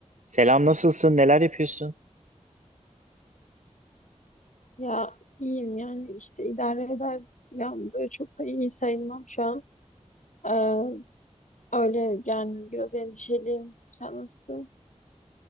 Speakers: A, on the right; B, on the left.
A: Selam nasılsın? Neler yapıyorsun?
B: Ya iyiyim yani işte idare eder. Ya böyle çok da iyi sayılmam şu an. Ee, öyle yani biraz endişeliyim. Sen nasılsın?